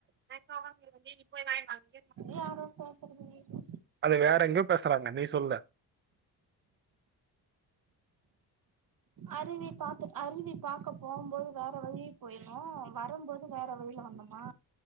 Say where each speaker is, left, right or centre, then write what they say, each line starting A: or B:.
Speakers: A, on the right (about 30°); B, on the right (about 55°).
A: நெட்ல ஒக்காந்து தீனி போய் வாங்கிட்டு வாங்க
B: யாரோ பேசுறது கேக்குது
A: அது வேற எங்கேயோ பேசுறாங்க நீ சொல்லு
B: அருவி பாத்து அருவி பாக்க போகம் போது வேற வழி போய்ணு வரும்போது வேற வழியில வந்தோ மா